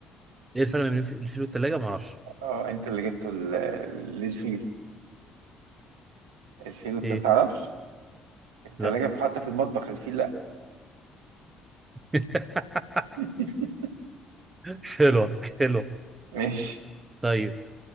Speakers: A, on the right; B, on the right.
A: ايه الفرق بين الف- الفيل والتلاجة ما اعرفش
B: أه أنت اللي جبته ال- للفيل الفيل أنت
A: ايه
B: متعرفش التلاجة
A: لا
B: بتتحط في المطبخ الفيل لأ
A: <laughs>
B: <laughs>
A: حلوة حلوة
B: ماشي
A: طيب